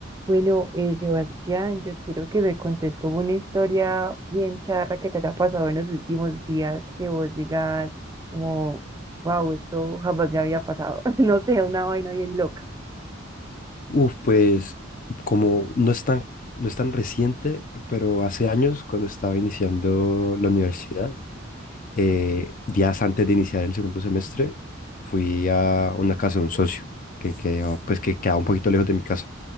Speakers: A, on the right; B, on the left.
A: Bueno, eh, Sebastián, yo quiero que me contes como una historia bien charra que te haya pasado en los últimos días, que vos digas como, wow, esto jamás me había pasado. <laughs> No sé, una vaina bien loca.
B: Uf, pues como no es tan, no es tan reciente, pero hace años cuando estaba iniciando la universidad, eh, días antes de iniciar el segundo semestre, fui a una casa de un socio que quedaba, pues, que quedaba un poquito lejos de mi casa.